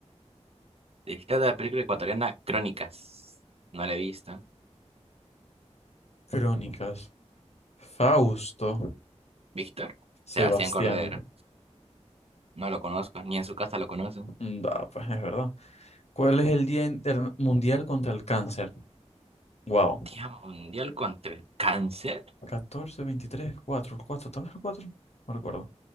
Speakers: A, on the right (about 55°); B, on the left (about 65°).
A: Director de la película ecuatoriana Crónicas. No la he visto.
B: Crónicas. Fausto.
A: ¿Víctor?
B: Sebastián.
A: Sebastián Cordero. No lo conozco, ni en su casa lo conocen.
B: Mm, Da, pues es verdad. ¿Cuál es el Día Interna- Mundial contra el Cáncer? Wow.
A: Día Mundial contra el Cáncer.
B: 14 23 4 4. ¿tal vez el 4? No recuerdo.